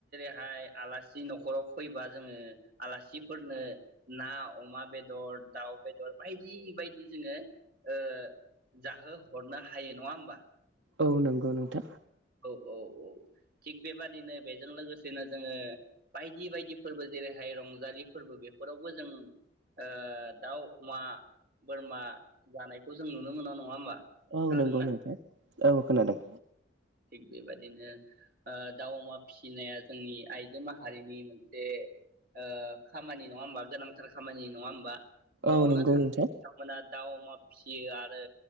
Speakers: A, on the right; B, on the right.
A: बेहाय आलासि नखराव फैबा जोङो आलासिफोरनो ना अमा बेदर दाउ बेदर बायदि बायदि जोङो ओ जाहोहरनो हायो नङा होमबा
B: औ नंगौ नोंथां
A: औ - औ - औ थिग बेबादिनो बेजों लोगोसेनो जोङो बायदि बायदि फोरबो जेरैहाय रंजालि फोरबो बेफोरावबो जों ओ दाउ अमा बोरमा जानायखौ जों नुनो मोनो नङा होमबा
B: औ
A: खोनादोंना
B: नंगौ नोंथां औ खोनादों
A: थिग बेबायदिनो ओ दाउ अमा फिसिनाया जोंनि आइजो माहारिनि मोनसे ओ खामानि नङा होमबा गोनांथार खामानि नङा होमबा न'आवनो
B: औ नंगौ
A: थानाय
B: नोंथां
A: बिथांमोना दाउ अमा फिसियो आरो